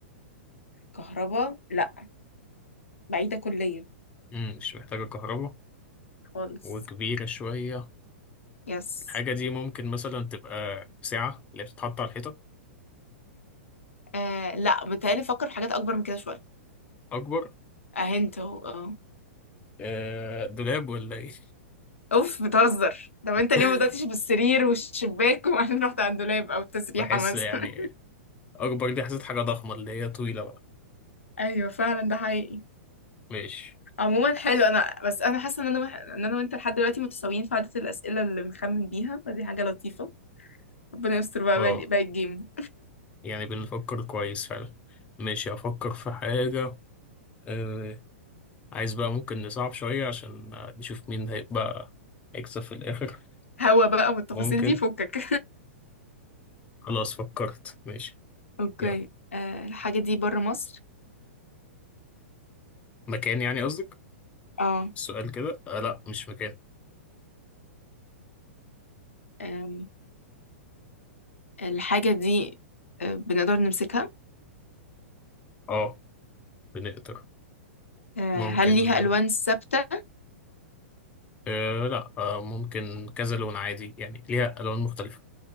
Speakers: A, on the left; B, on the left.
A: كهرباء لا بعيدة كليا
B: مم، مش محتاجه كهرباء
A: خالص
B: وكبيره شويه
A: يس
B: الحاجة دي ممكن مثلا تبقى ساعة اللي بتتحط على الحيطة
A: آه لا بتهيألي فكر في حاجات أكبر من كده شوية
B: أكبر
A: اه انت اهو اه
B: آه، دولاب ولا إيه؟
A: اوف بتهزر طب انت
B: <laughs>
A: ليه ما بدأتش بالسرير والشباك وبعدين رحت على الدولاب او التسريحة
B: بحس
A: مثلا
B: يعني أكبر دي حسيت حاجة ضخمة اللي هي طويلة بقى
A: ايوه فعلا ده حقيقي
B: ماشي
A: عموما حلو
B: بس
A: انا بس انا حاسه ان انا وح... ان انا وانت لحد دلوقتي متساويين في عدد الاسئله اللي بنخمن بيها فدي حاجه لطيفه ربنا يستر بقى
B: اه
A: باقي باقي الجيم
B: يعني بنفكر كويس فعلا ماشي أفكر في حاجة آه، عايز بقى ممكن نصعب شوية عشان آه، نشوف مين هيبقى هيكسب في الآخر
A: هوا بقى والتفاصيل
B: ممكن
A: دي فكك
B: خلاص فكرت ماشي
A: <laughs> اوكي
B: يلا
A: أه الحاجة دي بره مصر
B: مكان يعني قصدك
A: اه
B: السؤال كده آه لا مش مكان
A: أم، الحاجة دي أه، بنقدر نمسكها
B: اه بنقدر
A: أه،
B: ممكن
A: هل ليها ألوان ثابتة؟
B: أه لا أه ممكن كذا لون عادي يعني ليها ألوان مختلفة